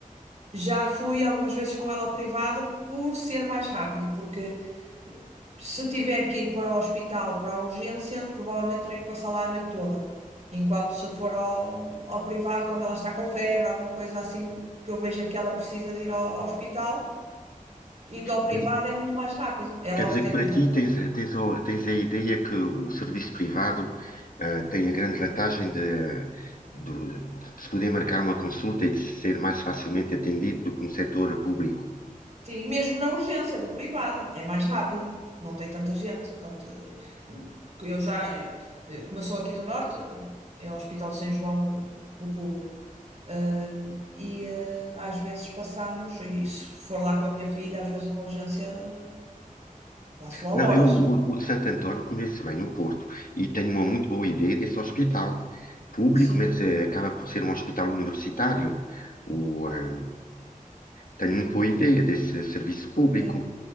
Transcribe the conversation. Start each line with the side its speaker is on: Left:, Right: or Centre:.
Right: já fui algumas vezes com ela ao privado por ser mais rápido, porque se tiver que ir para o hospital, para a urgência, provavelmente terei que passar lá a noite toda. Enquanto se for ao, ao privado, quando ela está com febre, alguma coisa assim que eu veja que ela precisa de ir ao, ao hospital, indo ao privado
Left: Quer
Right: é muito mais rápido, é logo
Left: quer dizer
Right: atendida.
Left: que para ti tens, eh, tens, a- tens a ideia que o serviço privado eh, tem a grande vantagem de, de- de se poder marcar uma consulta e de ser mais facilmente atendido do que no setor público.
Right: Sim, mesmo na urgência do privado, é mais rápido, não tem tanta gente. Tanto, eh, hum, eu já, eh, eh, como eu sou aqui do Norte, eh, é o Hospital de São João o, o público. Hum, e eh, às vezes passamos, e se for lá com a minha filha, às vezes uma urgência, eh, passo lá
Left: Não,
Right: horas.
Left: eu o, o de Santo António conheço bem no Porto e tenho uma muito boa ideia desse hospital público,
Right: Sim,
Left: mas eh, acaba por ser um hospital universitário. O, eh, tem muito boa ideia desse serviço público.
Right: sim.